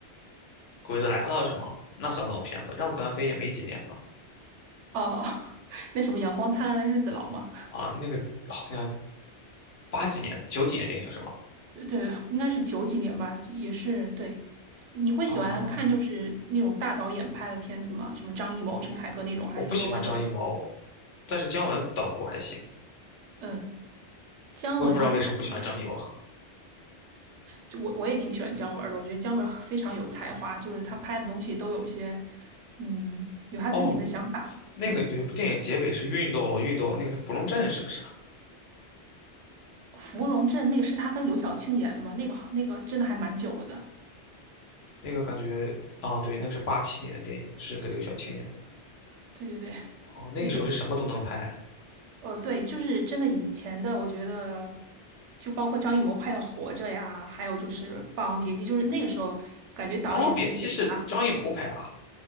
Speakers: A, on the left (about 65°); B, on the right (about 85°).
A: 鬼子来了》是吗？那算老片子，《让子弹飞》也没几年吧？
B: 哦，<laughs> 那什么《阳光灿烂的日子》老吗？
A: 啊，那个好像八几年、九几年电影是吗？
B: 对，对应该是九几年吧，也是对。你会喜欢看就是那种大导演拍的片子吗？
A: 啊，
B: 什么张艺谋、陈凯歌那种，还是说完全
A: 我不喜欢张艺谋，但是姜文导的我还行，
B: 嗯，姜文他之前
A: 我也不知道为什么不喜欢张艺谋。
B: 就我我也挺喜欢姜文儿的，我觉得姜文儿非常有才华，就是他拍的东西都有一些嗯有他自己的想法。
A: 哦，那个有一部电影结尾是运动了，
B: 嗯。
A: 运动了，那个是《芙蓉镇》是不是啊？
B: 芙蓉镇那个是他跟刘晓庆演的吗？那个好，那个真的还蛮久了的。
A: 那个感觉啊，对，那个是八七年的电影，是跟刘晓庆演的。
B: 对对对，
A: 哦，那个时候是什么都能拍，
B: 那个呃，对，就是真的以前的，我觉得就包括张艺谋拍的《活着》呀，还有就是《霸王别姬》，就是那个时候感觉导演可以表达，
A: 《霸王别姬》是张艺谋拍的啊？